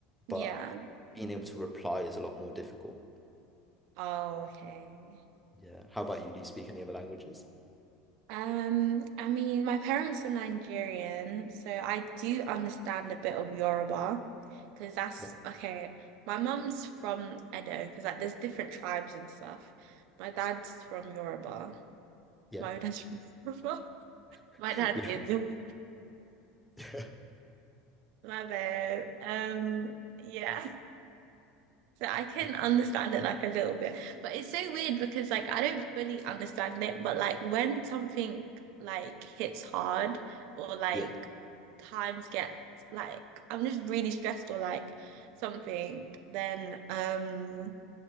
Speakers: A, on the right; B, in the centre.
A: Yeah.
B: but being able to reply is a lot more difficult.
A: Oh, okay.
B: Yeah. How about you? Do you speak any other languages?
A: Um, I mean, my parents are Nigerian, so I do understand a bit of Yoruba because that's
B: Yeah.
A: okay. My mum's from Edo because like there's different tribes and stuff. My dad's from Yoruba.
B: Yeah.
A: My <laughs> dad's from Yoruba. <laughs>
B: <laughs>
A: My dad
B: Yeah.
A: is Yoruba.
B: Yeah.
A: <laughs> My bad. Um, yeah. So I can
B: Okay.
A: understand it like a little bit, but it's so weird because like I don't fully understand it, but like when something like hits hard or like
B: Yeah.
A: times get like I'm just really stressed or like something, then um